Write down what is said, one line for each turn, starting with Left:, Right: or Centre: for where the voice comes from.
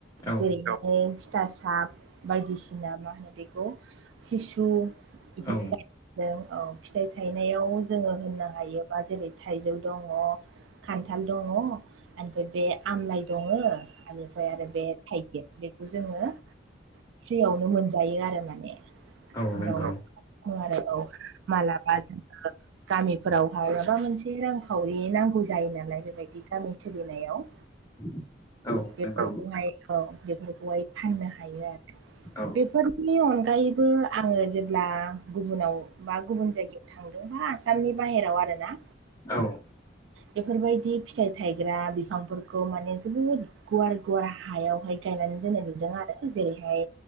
Left: औ
Right: जेरैहान थिथासाब बायदिसिना मा होनो बेखौ सिसु <unintelligible>
Left: औ
Right: नों औ फिथाइ थायनायाव जोंङो होननो हायोबा जेरै थाइजौ दंङो खानथाल दंङो निफ्राय बे आमलाइ दंङो बेनिफ्राय आरो बे थाइगिर बेखौ जोंङो फ्रियावनो मोनजायो आरो माने
Left: औ
Right: जनाव
Left: नंगौ
Right: <unintelligible> आरोबाव मालाबा जोङो गामिफोरावहाय माबा मोनसे रांखावरि नांगौ जायो नालाय बेबायदि गामि सोलिनायाव
Left: <inaudible> औ
Right: बेफोरखौहाय
Left: नंगौ
Right: औ बेफोरखौहाय फाननो हायो आरो
Left: औ
Right: बेफोरनि अनगायैबो आंङो जेब्ला गुबुनाव बा गुबुन जायगायाव थांदोंबा आसामनि बाहेराव आरोना
Left: औ
Right: बेफोरबायदि फिथाइ थायग्रा बिफांफोरखौ माने जोबोद गुवार गुवार हायावहाय गायनानै दोननाय नुदों आरो जेरैहाय